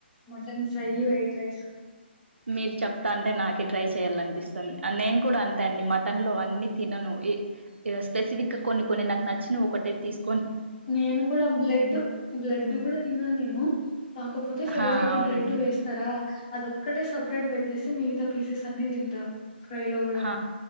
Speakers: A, on the left; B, on the right.
A: మటన్ ఫ్రై వైట్ రైస్
B: మీర్ చెప్తాంటే నాకే ట్రై చేయాలనిపిస్ నేన్ కూడా అంతే అండి మటన్లో అన్ని తినను. స్పెసిఫిక్గా కొన్ని కొన్ని నాక్ నచ్చిన ఒకటే తీస్
A: నేను కూడా బ్లడ్ బ్లడ్ గుడా తినను నేను కాకపోతే ఫ్రై
B: హా
A: లోకి
B: అవునండి
A: బ్లెడ్ వేస్తరా అదొక్కటే సెపరేట్ పెట్టేసి మిగితా పీసెస్ అన్నీ తింటా. ఫ్రై లో కూడా
B: హ